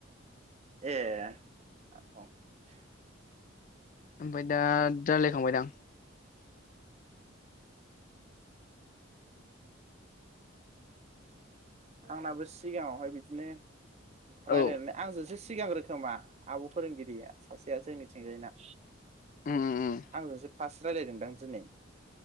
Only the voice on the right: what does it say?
ए <unintelligible>
आंनाबो सिगाङावहाय बिदिनो रायलायनानै
आंजोंसो सि सिगां रोखोमा आब' फोरोंगिरिया सासेया जोंनिथिंजायना
आं जोंसो फास रायलायदोंदां दिनै